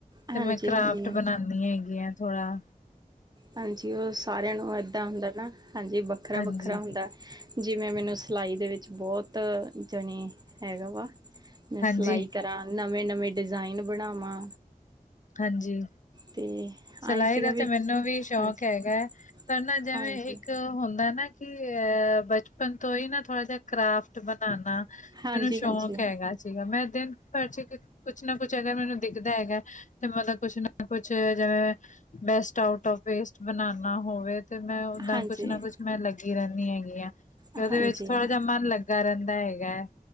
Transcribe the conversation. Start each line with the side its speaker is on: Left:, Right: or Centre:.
Left: ਤੇ
Right: ਹਾਂਜੀ
Left: ਮੈਂ ਕਰਾਫਟ
Right: ਹਾਂਜੀ
Left: ਬਣਾਉਦੀ ਹੈਗੀ ਆ ਥੋੜ੍ਹਾ।
Right: ਹਾਂਜੀ ਉਹ ਸਾਰਿਆਂ ਨੂੰ ਇੱਦਾਂ ਹੁੰਦਾ ਨਾ ਹਾਂਜੀ ਵੱਖਰਾ
Left: ਹਾਂਜੀ
Right: ਵੱਖਰਾ ਹੁੰਦਾ। ਜਿਵੇਂ ਮੈਨੂੰ ਸਿਲਾਈ ਦੇ ਵਿੱਚ ਬਹੁਤ ਜਾਣੇ ਹੈਗਾ ਵਾ। ਮੈਂ
Left: ਹਾਂਜੀ
Right: ਸਿਲਾਈ ਕਰਾਂ ਨਵੇਂ ਨਵੇਂ ਡਿਜ਼ਾਇਨ ਬਣਾਵਾਂ।
Left: ਹਾਂਜੀ।
Right: ਤੇ।
Left: ਸਿਲਾਈ
Right: ਆਏ ਸੀਗਾ
Left: ਦਾ
Right: ਵੀ
Left: ਤੇ ਮੈਨੂੰ ਵੀ ਸ਼ੌਕ
Right: ਹਾਂਜੀ
Left: ਹੈਗਾ ਹੈ ਪਰ ਨਾ ਜੈਵੇਂ
Right: ਹਾਂਜੀ
Left: ਇੱਕ ਹੁੰਦਾ ਨਾ ਕਿ ਅ ਬਚਪਨ ਤੋਂ ਹੀ ਨਾ ਥੋੜਾ ਜਿਹਾ, ਕਰਾਫਟ ਬਣਾਉਣਾ।
Right: ਹਾਂਜੀ
Left: ਮੈਨੂੰ ਸ਼ੌਕ
Right: ਹਾਂਜੀ
Left: ਹੈਗਾ। ਸੀਗਾ, ਮੈਂ ਦਿਨ ਭਰ ਚ ਕੁਛ ਨਾ ਕੁਛ ਅਗਰ ਮੈਨੂੰ ਦਿਖਦਾ ਹੈਗਾ ਤੇ ਮਤਲਬ ਕੁਛ ਨਾ ਕੁਛ ਜਿਵੇਂ ਬੈਸਟ ਆਊਟ ਓਂਫ ਵੇਸਟ ਬਣਾਨਾ ਹੋਵੇ। ਤੇ ਮੈਂ, ਓਦਾਂ
Right: ਹਾਂਜੀ
Left: ਕੁਛ ਨਾ ਕੁੱਛ ਮੈਂ ਲੱਗੀ ਰਹਿੰਦੀ ਹੈਗੀ ਹ ਤੇ
Right: ਹਾਂਜੀ
Left: ਉਹਦੇ ਵਿੱਚ ਥੋੜਾ ਜਿਹਾ ਮਨ ਲੱਗਾ ਕਰਨ ਦਾ ਹੈਗਾ ਏ,